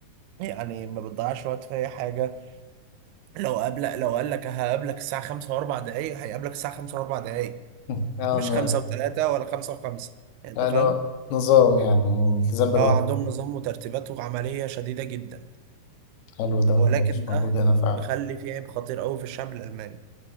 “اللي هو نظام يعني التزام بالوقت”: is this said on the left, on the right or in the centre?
Left